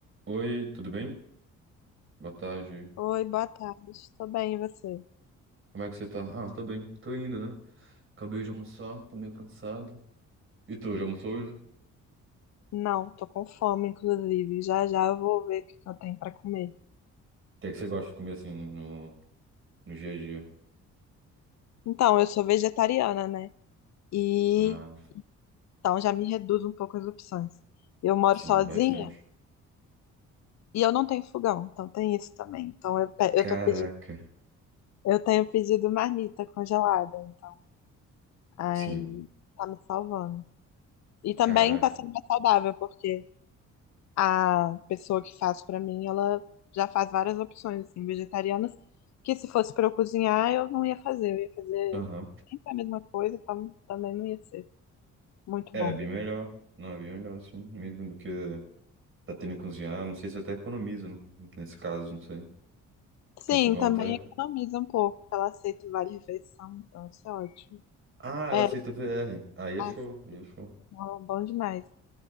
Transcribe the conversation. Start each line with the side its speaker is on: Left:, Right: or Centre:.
Right: Oi, tudo bem? Boa tarde.
Left: Oi, boa tarde. Tô bem, e você?
Right: Como é que você tá? Ah, tá bem. Tô indo, né? Acabei de almoçar, tô meio cansado. E tu, já almoçou hoje? O
Left: Não, tô com fome, inclusive. Já já eu vou ver o que que eu tenho pra comer.
Right: que é que você gosta de comer assim no, no dia a dia?
Left: Então, eu sou vegetariana, né? E
Right: Ah,
Left: então já me reduz um pouco as opções. Eu moro
Right: sim,
Left: sozinha
Right: bastante.
Left: e eu não tenho fogão, então tem isso também. Então eu, pe-
Right: Caraca.
Left: eu tô pedindo, eu tenho pedido marmita congelada, então aí
Right: Sim,
Left: tá me salvando. E também
Right: caraca.
Left: tá sendo mais saudável, porque A pessoa que faz pra mim, ela já faz várias opções assim, vegetarianas, que se fosse pra eu cozinhar, eu não ia fazer, eu ia fazer
Right: Aham.
Left: sempre a mesma coisa, então também não ia ser muito
Right: É,
Left: bom.
Right: bem melhor. Não, é bem melhor assim, mesmo do que tá tendo que cozinhar. Não sei se até economiza né? nesse caso, não sei. Porque
Left: Sim,
Right: um fogão
Left: também
Right: até.
Left: economiza um pouco, porque ela aceita vale refeição, então isso é ótimo.
Right: Ah, ela
Left: É,
Right: aceita VR. Aí é
Left: aceita,
Right: show, aí é show.
Left: bom bom demais.